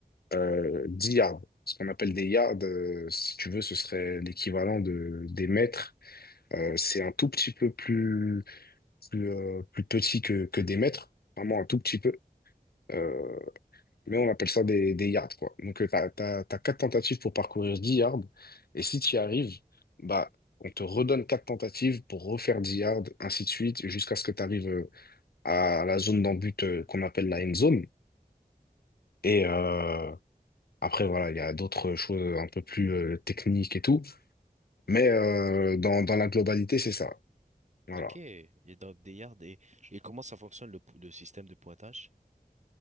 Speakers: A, on the left (about 80°); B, on the right (about 50°).
A: euh, 10 yards. Ce qu'on appelle des yards, euh, si tu veux, ce serait l'équivalent de, des mètres. Euh, c'est un tout petit peu plus, plus, euh, plus petit que, que des mètres, vraiment un tout petit peu. Euh, mais on appelle ça des, des yards, quoi. Donc, tu as, t'as, t'as 4 tentatives pour parcourir 10 yards. Et si tu y arrives, bah, on te redonne 4 tentatives pour refaire 10 yards, ainsi de suite, jusqu'à ce que tu arrives à la zone d'en but euh, qu'on appelle la end zone. Et, euh, Après, voilà, il y a d'autres choses un peu plus euh, techniques et tout. Mais euh, dans, dans la globalité, c'est ça. Voilà.
B: Ok. Et donc des yards et, et comment ça fonctionne le, p- le système de pointage?